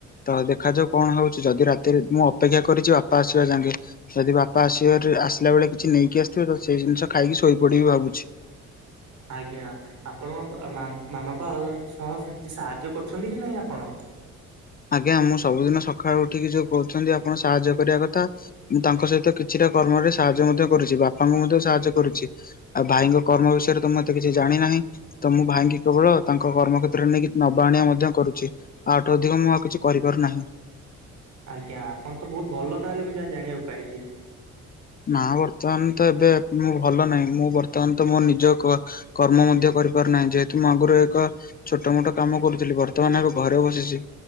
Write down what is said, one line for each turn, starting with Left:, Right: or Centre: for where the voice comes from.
Left: ତ ଦେଖାଯାଉ କଣ ହଉଛି ଯଦି ରାତିରେ ମୁଁ ଅପେକ୍ଷା କରିଛି ବାପା ଆସିବା ଜାଙ୍ଗେ। ଯଦି ବାପା ଆସିବ ଆସିଲା ବେଳେ କିଛି ନେଇକି ଆସିଥିବେ ତ ସେଇ ଜିନିଷ ଖାଇକି ଶୋଇପଡିବି ଭାବୁଛି।
Right: ଆଜ୍ଞା ଆପଣଙ୍କ ମା ମାଆ ଙ୍କ ସହ କିଛି ସାହାଯ୍ୟ କରୁଛନ୍ତି କି ନାହିଁ ଆପଣ?
Left: ଆଜ୍ଞା ମୁଁ ସବୁଦିନ ସକାଳୁ ଉଠିକି ଯୋଉ କହୁଛନ୍ତି ଆପଣ ସାହାଯ୍ୟ କରିବା କଥା ମୁଁ ତାଙ୍କ ସହିତ କିଛିଟା କର୍ମରେ ସାହାଯ୍ୟ ମଧ୍ୟ କରୁଛି ବାପାଙ୍କୁ ମଧ୍ୟ ସାହାଯ୍ୟ କରୁଛି। ଆଉ ଭାଇଙ୍କ କର୍ମ ବିଷୟରେ ତ ମୁଁ ଏତେ କିଛି ଜାଣିନାହିଁ। ତ ମୁଁ ଭାଇଙ୍କି କେବଳ ତାଙ୍କ କର୍ମ କ୍ଷେତ୍ର ରେ ନେଇକି ନବା ଆଣିବା ମଧ୍ୟ କରୁଛି ଆଠୁ ଅଧିକ ମୁଁ କିଛି କରିପାରୁ ନାହିଁ।
Right: ଆଜ୍ଞା ଆପଣ ତ ବହୁତ ଭଲ ତାହେଲେ ମୁଁ ଯାହା ଜାଣିବାକୁ ପାଇଲି।
Left: ନା ବର୍ତ୍ତମାନ ତ ଏବେ ମୁଁ ଭଲ ନାହିଁ ମୁଁ ବର୍ତ୍ତମାନ ତ ମୋ ନିଜ କର୍ମ ମଧ୍ୟ କରିପାରୁନାହିଁ ଯେହେତୁ ମୁଁ ଆଗରୁ ଏକ ଛୋଟ ମୋଟ କାମ କରୁଥିଲି ବର୍ତ୍ତମାନ ଏବେ ଘରେ ବସିଛି।